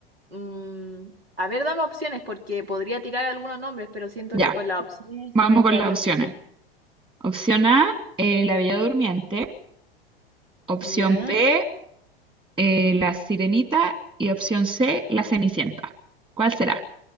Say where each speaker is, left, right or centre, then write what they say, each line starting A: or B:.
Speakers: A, on the right; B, on the right.
A: mm, a ver, dame opciones porque podría tirar algunos nombres, pero siento
B: Ya,
A: que con las opciones
B: vamos
A: se me
B: con
A: quedaría
B: las opciones.
A: mejor.
B: Opción A, eh, La Bella Durmiente. Opción
A: Ya.
B: B, eh, La Sirenita. Y opción C, La Cenicienta. ¿Cuál será?